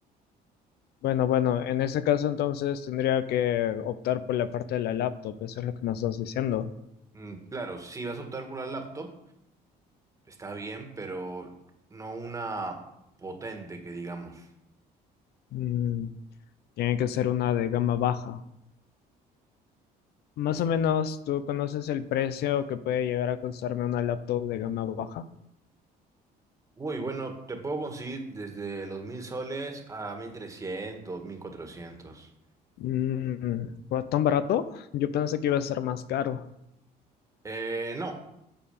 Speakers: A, on the left; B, on the right.
A: Bueno, bueno, en ese caso entonces tendría que optar por la parte de la laptop, eso es lo que me estás diciendo.
B: Mm, Claro, si vas a optar por la laptop, está bien, pero no una potente que digamos.
A: Mm, Tiene que ser una de gama baja. Más o menos, ¿tú conoces el precio que puede llegar a costarme una laptop de gama baja?
B: Uy, bueno, te puedo conseguir desde los mil soles a 1300, 1400.
A: Mm, ¿fue ¿tan barato? Yo pensé que iba a ser más caro.
B: Eh, no,